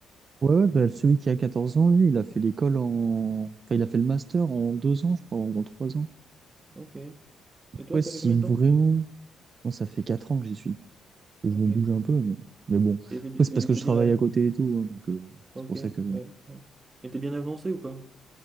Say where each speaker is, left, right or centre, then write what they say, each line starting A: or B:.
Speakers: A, on the right (about 45°); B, on the right (about 25°).
A: Ouais, ouais, bah, celui qui a 14 ans, lui, il a fait l'école en... Enfin, il a fait le master en deux ans, je crois, ou en trois ans.
B: ok et toi
A: Ouais,
B: ça
A: si
B: fait combien
A: vraiment...
B: de temps
A: Moi, ça fait quatre ans que j'y suis. Je
B: ok
A: me bouge un peu, mais, mais bon.
B: et t'es bi-
A: Après,
B: t'es-
A: c'est parce
B: bi-
A: que
B: t'es
A: je
B: bien
A: travaille
B: à-
A: à côté et tout, hein, donc euh,
B: ok
A: c'est pour ça que...
B: ouais, ouais. et t'es bien avancé ou pas